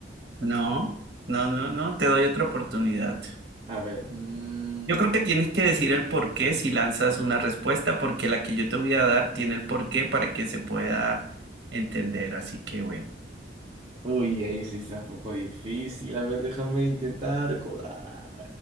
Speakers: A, on the right (about 65°); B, on the right (about 25°).
A: No, no, no, no, te doy otra oportunidad.
B: A ver. mm,
A: Yo creo que tienes que decir el por qué si lanzas una respuesta, porque la que yo te voy a dar tiene el por qué para que se pueda entender. Así que bueno,
B: Uy, ahí sí está un poco difícil. A ver, déjame intentar recordar.